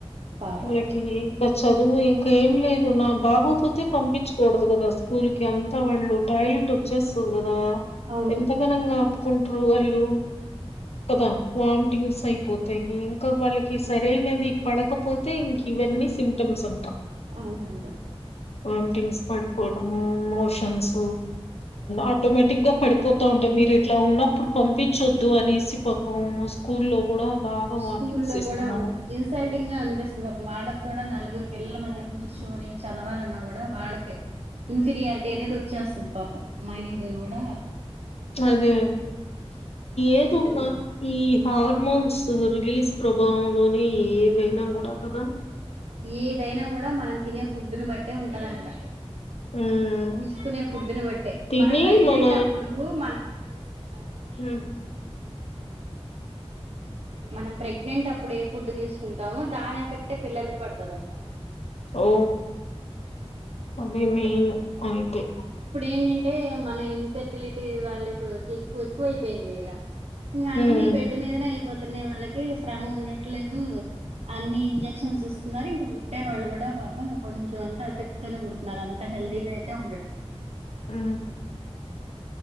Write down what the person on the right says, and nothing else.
పాపం
అవును
అవునంట
స్కూల్లో
కూడా అవును ఇన్సల్టింగ్ గా అనిపిస్తది. వాళ్ళకి కూడ నలుగురు పిల్లల మధ్య కూర్చొని చదవాలన్నా కూడా వాళ్ళకే ఇన్ఫీరియారిటీ అనేది వచ్చేస్తది పాపం మైండ్ కూడ
స్థిమితంగా
ఉండదు
ఏదైనా కూడా మనం తినే ఫుడ్ని బట్టే ఉంటదంట
తీసుకునే ఫుడ్ని బట్టే
మనం ప్రెగ్నెంట్
అప్పుడు మన్ ఉంటాము
మనం ప్రెగ్నెంట్ అప్పుడు ఏ ఫుడ్ తీసుకుంటామో దాని ఎఫెక్టె పిల్లలకు పడతదంటా
ఇప్పుడు ఏంటంటే మనం ఇన్ఫె టిలిటి వాళ్ళిప్పుడు వచ్చి ఎక్ ఎక్కువ అయిపోయింది కదా ఇంకా అన్ని
బయట మీదనే అయిపోతున్నాయి వాళ్ళకి శ్రమ ఉండట్లేదు అన్ని ఇంజక్షన్స్ ఇస్తున్నారు ఇంక పుట్టే వాళ్ళు కూడా పాపం కొంచెం అంతా ఎఫెక్ట్ తోని పుడుతున్నారు అంత హెల్దీగా అయితే ఉండట్లేదు